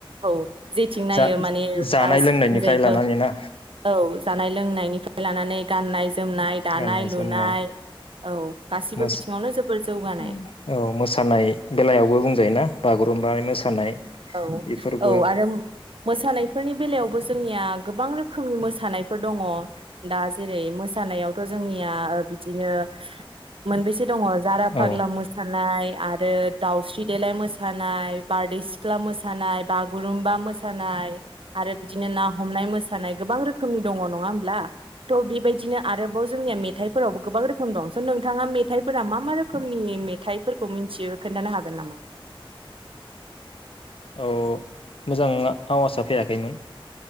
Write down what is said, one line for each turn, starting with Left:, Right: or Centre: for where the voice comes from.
Right: औ जेथिं नायो
Left: जा
Right: माने
Left: जानाय
Right: गासैथिंजायबो।
Left: लोंनायनिफ्राय लानानै ना
Right: औ जानाय लोंनायनिफ्राय लानानै गाननाय। जोमनाय दानाय
Left: गाननाय
Right: लुनाय
Left: जोमनाय
Right: औ गासिबो
Left: मोस-औ
Right: बिथिङावनो जोबोर जौगानाय
Left: मोसानाय बेलायावबो बुंजायोना बागु। रुम्बा मोसानाय।
Right: औ
Left: बेफोरबो
Right: औ आरो। मोसानायफोरनि बेलायावबो जोंनिया गोबां रोखोमनि मोसानायफोर दङ दा जेरै मोसानायावथ' जोंनिया ओ-बिदिनो मोनबेसे। दङ जारा फाग्ला
Left: औ
Right: मोसानाय। आरो दाउस्रि देलाय मोसानाय बारदै सि ख्ला मोसानाय बागुरुमबा मोसानाय आरो बिदिनो ना हमनाय मोसानाय गोबां रोखोमनि दङ नङा होमब्ला थ' बेबायदिनो आरोबाव जोंनिया मेथाइफोरावबो गोबां रोखोम दं स' नोंथाङा मेथाइफोरा मा मा रोखोमनि मेथाइफोरखौ मिथियो खोनन्थानो हागोन नामा?
Left: औ मोजां आवासआ फैयाखैमोन।